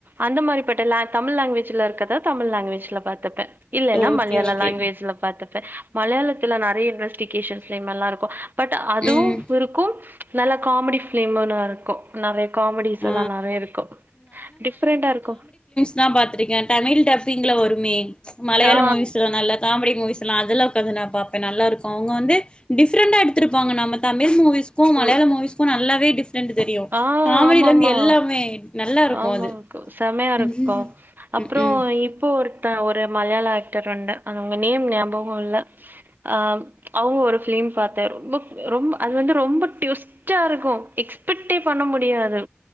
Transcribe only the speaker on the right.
அந்த மாரிப்பட்டல தமிழ் லாங்குவேஜ்ல இருக்கற்த தமிழ் லாங்குவேஜ்ல பாத்துப்பே இல்லேல்லா
மலையாள
லாங்குவேஜ்ல பாத்துப்பே மலையாளத்துல நெறைய இன்வெஸ்டிகேஷன் ஃபிலிமெல்லா இருக்கு பட் அதுவு
இருக்கு நல்ல காமெடி ஃபிலிம்முலா இருக்கு நெறைய காமெடிஸ்
எல்லா நெறைய இருக்கு டிஃப்ரெண்டா இருக்கு
ஆ
ஓ
ஆ
ஆமா
ஆமா
ஆமாங்
கா செமையா இருக்கு
அப்றோ
இப்போ ஓர் த ஒரு மலையாள ஆக்டர் உண்டு அது அவங்க நேம் ஞாபகோ இல்ல அ அவங்க ஒரு ஃபிலிம் பாத்தே ரொம்ப ரொம்ப அது வந்து ரொம்ப டுயிஸ்ட்டா இருக்கு எக்ஸ் டே பண்ண முடியாது